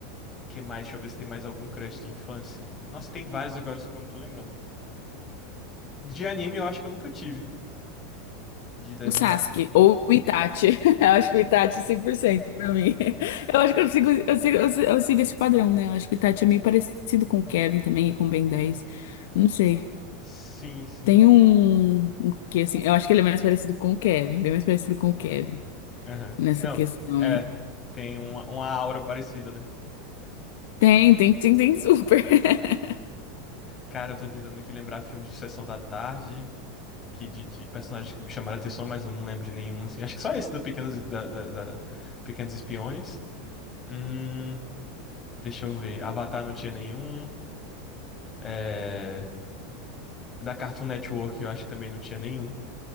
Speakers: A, on the left; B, on the left.
A: Que mais? Deixa eu ver se tem mais algum crush de infância. Nossa, tem vários agora, só que eu não tô lembrando. De anime eu acho que eu nunca tive. De desenho
B: O Sasuke
A: japonês.
B: ou o Itachi. <laughs> Eu acho que o Itachi é 100%, pra mim. Eu acho que eu sigo, eu sigo, eu sigo, eu sigo esse padrão, né? Eu acho que o Itachi é meio parecido com o Kevin também e com o Ben 10. Não sei.
A: Sim, sim.
B: Tem um, um que assim, eu acho que ele é mais parecido com o Kevin, bem mais parecido com o Kevin
A: Aham.
B: nessa
A: Se Não,
B: questão
A: é.
B: aí.
A: Tem uma, uma aura parecida, né?
B: Tem, tem, tem, tem super. <laughs>
A: Cara, eu tô tentando aqui lembrar filmes de Sessão da Tarde, que de, de personagens que me chamaram a atenção, mas eu não lembro de nenhum, assim. Acho que só esse do Pequenos, da, da, da Pequenos Espiões. Hum, deixa eu ver. Avatar não tinha nenhum. É, da Cartoon Network eu acho que também não tinha nenhum.